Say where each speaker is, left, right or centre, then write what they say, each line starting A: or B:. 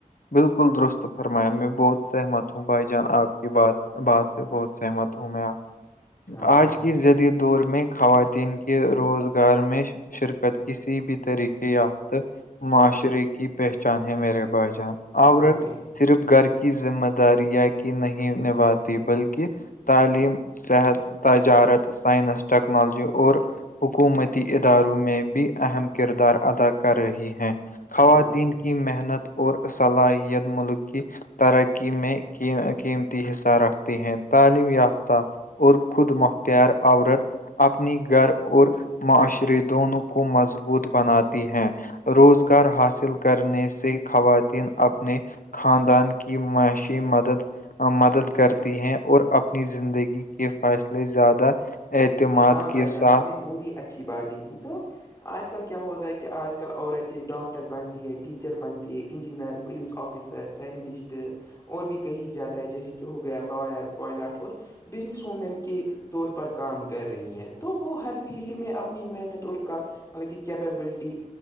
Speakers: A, on the left; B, on the left.
A: بالکل درست فرمایا میں بہت سہمت ہوں بھائی جان آپ کی بات- بات سے بہت سہمت ہوں میںپ-
B: ہاں بھائی
A: آج
B: جان
A: کی جدید دور میں خواتین کے روزگار میں شرکت- کسی بھی طریقے یافتہ معاشرے کی پہچان ہے میرے بائی جان- آورت
B: ہاں بھائی
A: صرف گھر کی ذمہ داریاں کی نہیں نبھاتی بلکہ- تعلیم صحت تجارت سائنس ٹیکنالوجی- اور حکومتی اداروں میں بھی اہم کردار ادا کر رہی ہیں- خواتین
B: ہاں بھائی
A: کی محنت اور صلاحیت ملک کی- ترقی میں قیمتی حصہ رکھتے ہیں تعلیم یافتہ- اور خود مختار عورت- اپنی گھر اور معاشرے دونوں کو مضبوط بناتی ہیں- روزگار حاصل کرنے سے خواتین اپنے- خاندان کی معاشی مدد- مدد کرتی ہیں اور اپنی زندگی کے فیصلے زیادہ- اعتماد
B: ہاں
A: کے
B: بھائی جان
A: ساتھ
B: آپ نے بہت ہی اچھی باتیں کی تو- آج کل کیا ہوتا ہے کہ آج کل عورتیں ڈاکٹر بنتی ہے ٹیچر بنتی ہے انجینئر- پلیس آفسر سائنٹسٹ- اور بھی کہیں زیادہ ہے جیسے کہ ہو گیا لائر پوائلٹ اور- بزنس وومین کے طور پر کام کر- کر رہی ہیں تو وہ ہر فیلڈ میں اپنی محنت اور کا مطلب کہ کیپبلٹی-